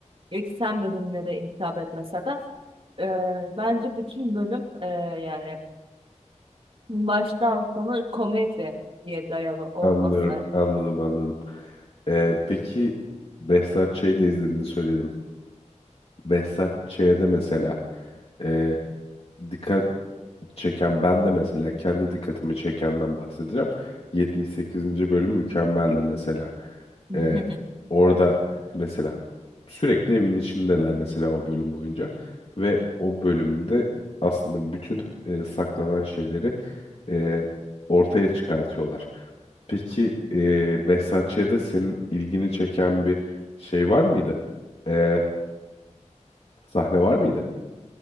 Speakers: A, on the right; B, on the left.
A: ilk sen bölümleri hitap etmese de eee, bence bütün bölüm eee, yani Baştan sona komedi diye dayalı olması.
B: Anlıyorum, anladım, anladım. E, peki Behzat Ç'yi de izlediğini söyledin. Behzat Ç'de mesela e, dikkat çeken ben de mesela kendi dikkatimi çekenden bahsedeceğim. yetmiş sekizinci bölüm mükemmeldi mesela.
A: <laughs>
B: E, orada mesela sürekli evin içindeler mesela o bölüm boyunca ve o bölümde aslında bütün e, saklanan şeyleri e, ortaya çıkartıyorlar. Peki e, Behzat Ç'de senin ilgini çeken bir şey var mıydı? E, sahne var mıydı?